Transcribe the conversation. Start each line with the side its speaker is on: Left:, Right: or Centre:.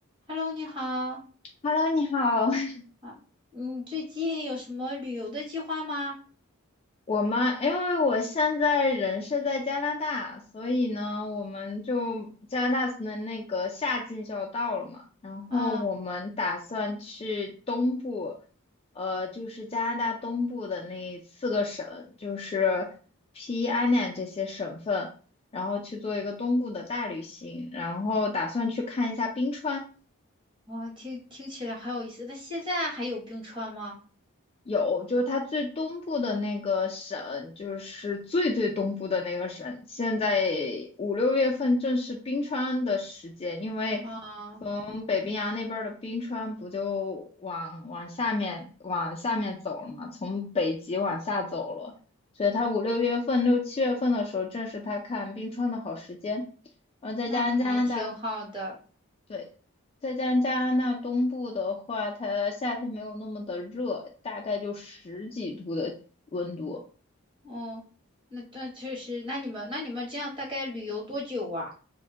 Right: Hello，你好
Left: Hello，你好。<laughs>
Right: 啊，你最近有什么旅游的计划吗？
Left: 我们因为我现在人是在加拿大，所以呢，我们就加拿大的那个夏季就要到了嘛，然后我们打算去东部，
Right: 啊，
Left: 呃，就是加拿大东部的那四个省，就是西安 i 这些省份，然后去做一个东部的大旅行，然后打算去看一下冰川。
Right: 哇，听听起来很有意思。那现在还有冰川吗？
Left: 有，就是它最东部的那个省，就是最最东部的那个省。现在五六月份正是冰川的时间，因为
Right: 啊，
Left: 从北冰洋那边儿的冰川不就往往下面往下面走了嘛，从北极往下走了，所以它五六月份、六七月份的时候，正是它看冰川的好时间。然后再加上加拿大
Right: 那还挺好的。
Left: 对，再加上加拿大东部的话，它夏天没有那么的热，大概就十几度的温度。
Right: 哦，那那确实，那你们那你们这样大概旅游多久啊？